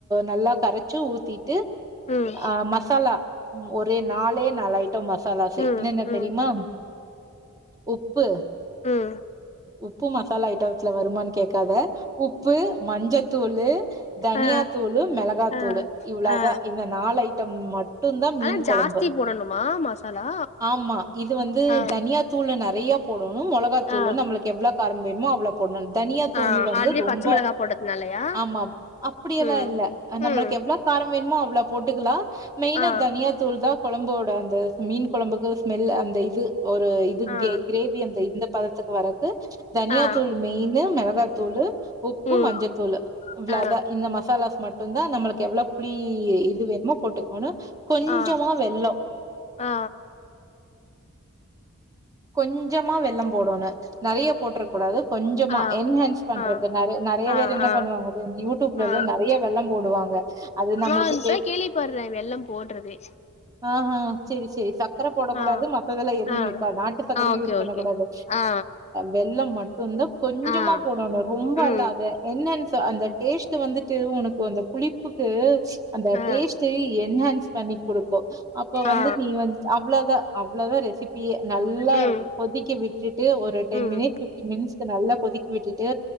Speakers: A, on the right (about 15°); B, on the left (about 30°).
A: நல்லா கரைச்சு ஊத்திட்டு
B: ம்
A: அ மசாலா ஒரே நாலே நாலு ஐட்டம் மசாலா செய்
B: ம்
A: என்னென்ன
B: ம்
A: தெரியுமா உப்பு
B: ம்
A: உப்பு மசாலா ஐட்டத்ல வருமானான்னு கே க்காத உப்பு மஞ்சத்தூளு தனியா
B: ஆ
A: தூளு மெளகா
B: ஆ
A: தூளு இவ்ளோ
B: ஆ
A: தா நாலு ஐட்டம் மட்டு தா மீன்
B: ஆனா
A: கொழம்பு
B: ஜாஸ்தி போடணுமா மசாலா
A: ஆமா இது வந்து
B: ஆ
A: த தனியா தூள்ல நெறையா போடணு மொளக மிளகாதூள்
B: ஆ
A: நம்மளுக்கு எவ்ளோ காரம் வேணுமோ அவ்ளோ போடணு தனியா தூள்
B: ஆ
A: வந்து
B: ஆல்ரெடி
A: ரொம்ப
B: பச்ச மிளகா போட்டதுனாலயா
A: ஆமா அப்டியெல்லா
B: ம்
A: இல்ல நம்மளுக்கு
B: ம்
A: எவ்ளோ காரம் வேணுமோ அவ்ளோ போட்டுக்கலா மெயினா
B: ஆ
A: தனியா தூள்தா கொழம்போட அந்த மீன் கொழம்புக்கு ஸ்மெல் அந்த இது ஒரு இது க்கே
B: ஆ
A: கிரே அந்த இந்த பதத்துக்கு வர தனியா
B: ஆ
A: தூள் மெயின் மிளகாத்தூள் உப்பு
B: ம்
A: மஞ்சத்தூள் இவ்ளோதா
B: ஆ
A: இந்த மசாலாஸ் மட் மட்டும்தா நம்மளுக்கு எவ்ளோ புளி இது வேணுமோ போட்டுக்கண்ணு கொஞ்சமா
B: ஆ
A: வெள்ளோ
B: ஆ
A: கொஞ்சமா வெள்ளோ போடனு நெறைய போட்றக் கூடாது கொஞ்சமா
B: ஆ
A: என்ஹான்ஸ் பண்றக்கு
B: ஆ
A: நெறைய நெறைய
B: ஆ
A: பேர் என்ன
B: ஆ
A: பண்ணுவாங்க யூடியூப்ல
B: ஆ
A: நெறைய வெள்ளோ போடுவாங்க அது நம்மளுக்கு
B: நா இப்போ தா கேள்விப்படுறே வெள்ளோ போட்றதே
A: ஆ ஹ செரி செரி சர்க்கர போடக் கூடாது
B: ஆ
A: மத்ததெல்லா எதுவுமே
B: ஆ
A: இருக்காது நாட்டு சக்கரையு
B: ஆ ஓகே
A: யூஸ் பண்ணக்கூடாது
B: ஓகே ஆ
A: வெள்ளம் மட்டும்தா கொஞ்சமா
B: ஆ
A: போடணு ரொம்ப
B: ம்
A: அல்ல அத என்னன்னு சொ அந்த டேஸ்ட்ட் வந்துட்டு உனக்கு அந்த புளிப்புக்கு அந்த
B: ஆ
A: டேஸ்ட் செரி என்ஹான்ஸ் பண்ணி கொடுக்கோ அப்ப வந்துட்
B: ஆ
A: நீ வந்து அவ்ளதா அவ்வளதா ரெசிபியே நல்லா
B: ம்
A: கொதிக்கி விட்டுட்டு ஒரு டென்
B: ம்
A: மினிட்ஸ் பி த்றீ மின்ச நல்லா கொதிக்க விட்டுட்டு